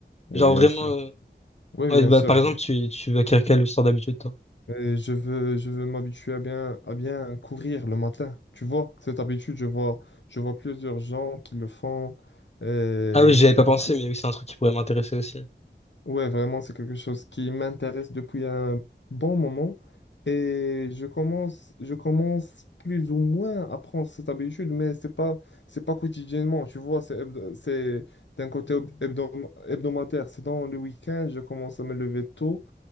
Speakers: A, on the left (about 75°); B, on the left (about 35°).
A: Mais
B: Genre
A: bien
B: vraiment,
A: sûr.
B: euh,
A: Oui,
B: ouais,
A: bien
B: bah,
A: sûr.
B: par exemple, tu, tu veux acquérir quelle sorte d'habitude, toi?
A: Et je veux, je veux m'habituer à bien, à bien courir le matin. Tu vois, cette habitude, je vois, je vois plusieurs gens qui le font. Et
B: Ah oui, j'avais
A: du coup,
B: pas pensé, mais oui, c'est un truc qui pourrait m'intéresser aussi.
A: Ouais, vraiment, c'est quelque chose qui m'intéresse depuis un bon moment et je commence, je commence plus ou moins à prendre cette habitude, mais c'est pas, c'est pas quotidiennement, tu vois, c'est hebdo- c'est d'un côté hebdo- hebdom- hebdomadaire, c'est dans le week-end, je commence à me lever tôt